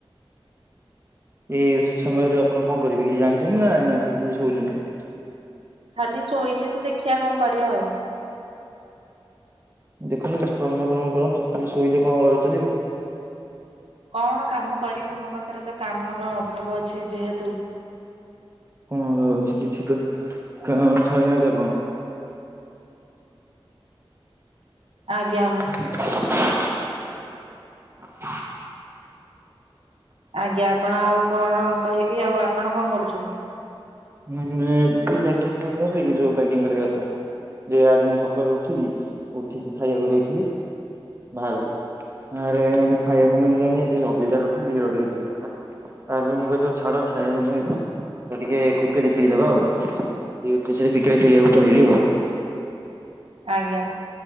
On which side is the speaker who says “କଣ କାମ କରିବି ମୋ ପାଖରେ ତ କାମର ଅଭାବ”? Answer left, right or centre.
Right